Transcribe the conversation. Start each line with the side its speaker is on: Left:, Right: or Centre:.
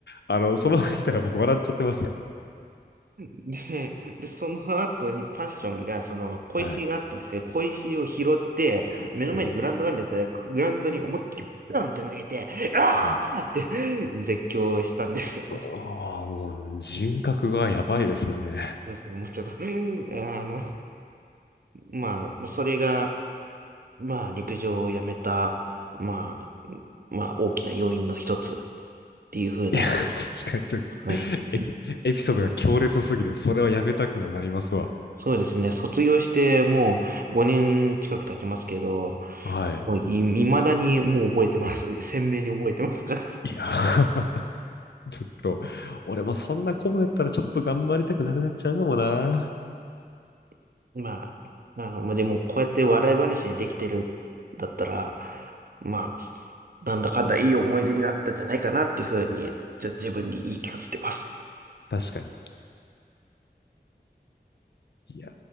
Left: あの、そのまま見たら僕笑っちゃってますよ。
Right: で、で、その後にパッションが、その、小石があったんですけど、
Left: はい。
Right: 小石を拾って、目の前にグラウンドがあるんですがグラウンドに思いっきりブンって投げて、
Left: うん
Right: あーって絶叫したんですよね。
Left: はい。ああ、もう人格がやばいですね。
Right: そうですね。もうちょっと、あの、まあ、それが、まあ、陸上をやめた、まあ、まあ、大きな要因の一つ。っていう風な
Left: いや、確かにちょっと
Right: 話ですね。
Left: エピ、エピソードが強烈すぎて、それはやめたくもなりますわ。
Right: そうですね。卒業してもう5年近く経ちますけど、
Left: はい。
Right: もうい、未だにもう覚えてます。鮮明に覚えてますから。
Left: いやー、<laughs> ちょっと、俺もそんなコムやったらちょっと頑張りたくなくなっちゃうかもな。
Right: <laughs> まあ、あの、まあ、でもこうやって笑い話にできてるだったら、まあ、なんだかんだいい思い出になったんじゃないかなっていうふうに、じゃあ自分に言い聞かせてます。
Left: 確かに。いや